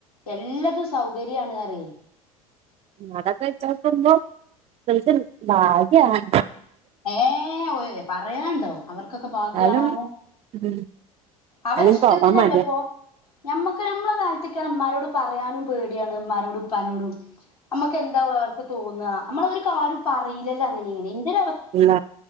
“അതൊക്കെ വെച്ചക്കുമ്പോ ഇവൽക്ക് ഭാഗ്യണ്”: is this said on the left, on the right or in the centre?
Right